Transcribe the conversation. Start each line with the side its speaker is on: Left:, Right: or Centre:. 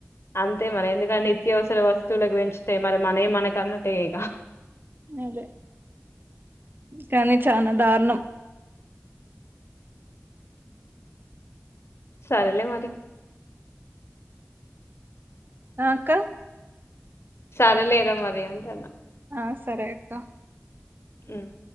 Left: అంతే మరి ఎందుకంటే నిత్యవసర వస్తువులకు పెంచుతాయి మరి మననే మనక అన్నట్టే ఇక
Right: అదే కానీ చాలా దారుణం
Left: సరేలే మారి
Right: అక్క
Left: సరే లేరా మరి ఉంటున్న
Right: ఆ సరే అక్క
Left: హ్మ్